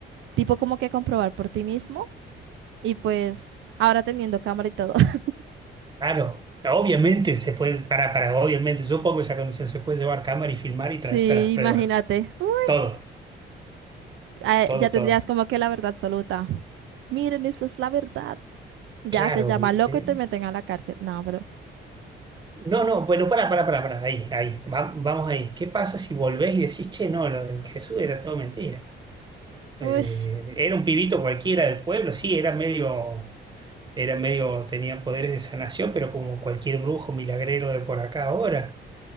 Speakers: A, on the right (about 75°); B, on the right (about 20°).
A: tipo como que comprobar por ti mismo y pues ahora teniendo cámara y todo. <laughs>
B: Claro, obviamente se puede, para, para, obviamente, yo pongo esa condición, se puede llevar cámara y filmar y
A: Sí,
B: traerte las
A: imagínate,
B: pruebas.
A: uy,
B: Todo,
A: ah,
B: todo,
A: ya tendrías
B: todo.
A: como que la verdad absoluta. miren, esta es la verdad. Ya
B: Claro,
A: te llaman
B: viste.
A: loco y te meten a la cárcel. No, bro.
B: No, no, bueno, para, para, para, para, ahí, ahí, va- vamos ahí. ¿Qué pasa si volvés y decís, che, no, lo de Jesús era todo mentira? eh,
A: Uy,
B: era un pibito cualquiera del pueblo, sí, era medio, era medio, tenía poderes de sanación, pero como cualquier brujo milagrero de por acá ahora,